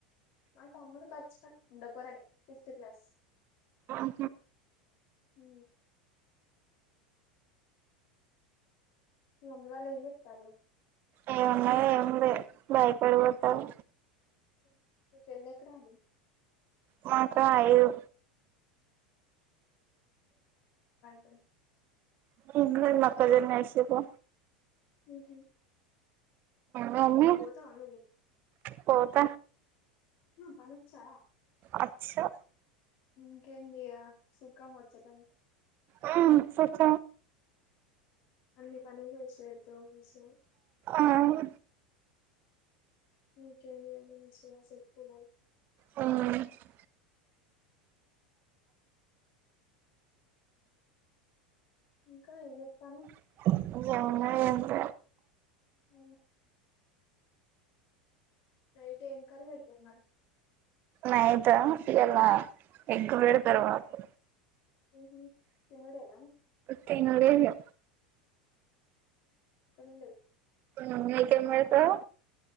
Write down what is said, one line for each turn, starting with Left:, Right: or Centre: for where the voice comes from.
Left: మ తమ్ముడు బచ్చపన్ ఉంటపోరడి ఫిఫ్త్ క్లాస్
Right: ఉహు
Left: ఉ రోమ్ లోలు ఎంచెట్టాండ్రు
Right: ఏమున్నా ఏం లే బయపడిపోతావు
Left: <unintelligible> ఎక రాను
Right: మాక ఐదు
Left: య
Right: <unintelligible> మాకుదన్న అసపో
Left: ఉహు
Right: మమీ
Left: పోతావా నువ్వు
Right: పోత
Left: పనచ్చా
Right: అచ్చా
Left: ఇంకేంది ఇగ సుఖం వచ్చాట
Right: ఆ సచ్చ
Left: అన్ని పనులు చెసిపెడ్తవ్ మంచీగా
Right: ఆ
Left: ఇంకెం ఇగా మంచీగా సెట్ ఉ
Right: ఏమున్నది
Left: ఇంకా ఏం చేస్తాను
Right: <unintelligible> ఎంత
Left: అ రైట్ ఏం కర్రి పెడతారు మరి
Right: రాత్రి నైట్ ఇయాలా ఎగ్ పెడ్తరు మాకు
Left: ఉమ్ హు థినుడేన
Right: తినలేదు
Left: కొనిండు
Right: ఉమ్ మీకేం బెడతర్